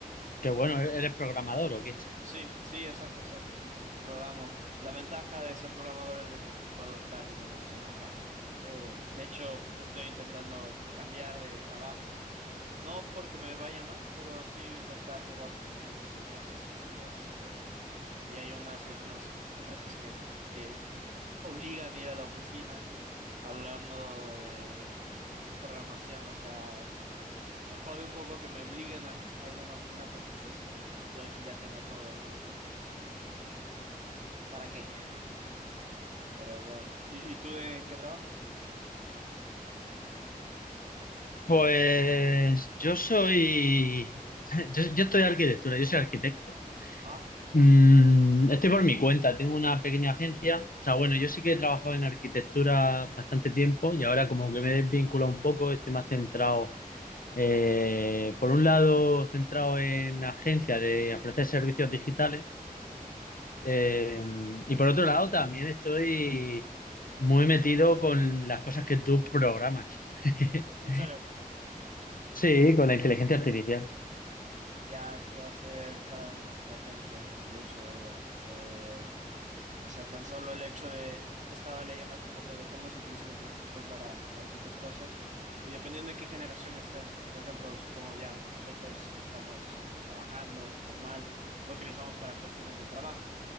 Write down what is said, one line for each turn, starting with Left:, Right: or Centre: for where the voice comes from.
Left: Que bueno, ¿eres programador o qué?
Right: Sí, sí, exacto, exacto. Programo. La ventaja de ser programador es de que pues puedo estar, digamos, en la casa. Eh, de hecho, estoy intentando cambiar de trabajo. No porque me vaya mal, pero sí intentar probar otras empresas. Y este, y hay unas, algunas empresas que te obligan a ir a la oficina hablando de programación, o sea, me jode un poco que me obligan a, s- a ir a una oficina porque pues yo aquí ya tengo todo, ¿no? Entonces, eh, ¿para qué? Pero bueno, ¿y, y tú en qué trabajas?
Left: Pues yo soy, <laughs> yo, yo estoy arquitectura, yo soy arquitecto.
Right: Ah,
Left: Mm, estoy por mi cuenta, tengo una pequeña agencia. O sea, bueno, yo sí que he trabajado en arquitectura bastante tiempo y ahora como que me he desvinculado un poco, estoy más centrado, eh, por un lado, centrado en agencia de ofrecer servicios digitales
Right: ujú.
Left: eh, y por otro lado también estoy muy metido con las cosas que tú programas. <laughs>
Right: En serio,
Left: Sí, con la inteligencia artificial,
Right: ya es que va a ser cada vez más latente el uso de ella. Eh, O sea, tan solo el hecho de, estaba leyendo hace poco de cómo se utiliza la inteligencia artificial para, para ciertas cosas y dependiendo de qué generación estés, por ejemplo, supongo ya nosotros que estamos trabajando normal, lo utilizamos para cuestiones del trabajo,